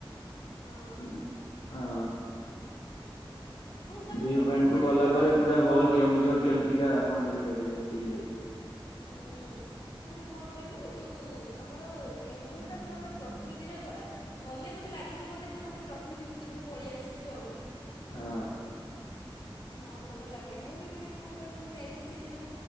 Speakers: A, on the left (about 60°); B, on the left (about 75°).
A: ହଁ
B: ହ ଅ
A: ବହୁତ ମାନେ
B: ଭିଉ
A: ପ୍ରକୃତିରେ
B: ପଏଣ୍ଟ କୁ ଗଲା
A: ଭରା
B: ପରେ ପୁରା ହୋଲ କେଉଁଝର କେମତି ଟିକା ଆପଣ ଦେଖିପାରିବେ ସେଠିକି ଯାଇକି
A: ହୁଁ ମାନେ କଣ କହିଲ ଯୋଉ ଆମର କେଉଁଝର ଟା ପୁରା ଗୋଟେ ପ୍ରକୃତିରେ ଭରା। ଗଲେ ଗୋଟେ ଲାଗିବ ଗୋଟେ ତୁ ଗୋଟେ ପ୍ର ପ୍ରକୃତି ଭିତରକୁ ପଳେଇ ଆସିଚୁ ଆଉ।
B: ହଁ।
A: ହଁ ଭଲ ଲାଗେ ମୁଁ ବି ମାନେ କଣ କହିଲ ମୁଁ ଯାଇଥିଲି ସେ ଯୋଉ